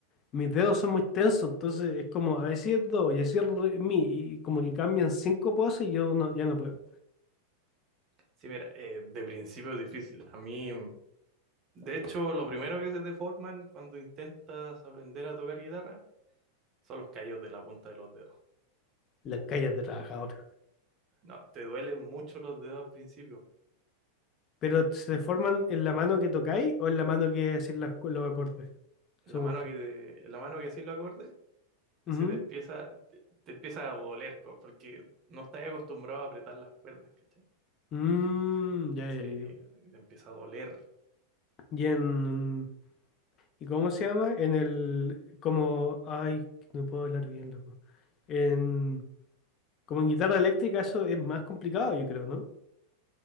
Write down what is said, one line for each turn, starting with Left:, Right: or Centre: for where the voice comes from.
Left: mis dedos son muy tensos, entonces es como a decir do y a decir re, mi, y como que cambian cinco poses y yo no, ya no puedo.
Right: Sí, mira, eh, de principio es difícil. A mí, de hecho, lo primero que se te forman cuando intentas aprender a tocar guitarra son los callos de la punta de los dedos.
Left: La calles de trabajador.
Right: No, te duelen mucho los dedos al principio.
Left: Pero se forman en la mano que tocáis o en la mano que decís los, los acordes,
Right: En
Left: según
Right: la mano
Left: tú.
Right: que, en la mano que así lo acorde,
Left: Ujú.
Right: se te empieza, te, te empieza a doler, co- porque no estás acostumbrado a apretar las cuerdas, ¿cachai?
Left: Mm, ya,
Right: Se,
Left: ya, ya.
Right: te empieza a doler.
Left: Y en. ¿Y cómo se llama? En el. Como. Ay, no puedo hablar bien, loco. En. Como en guitarra eléctrica, eso es más complicado, yo creo, ¿no?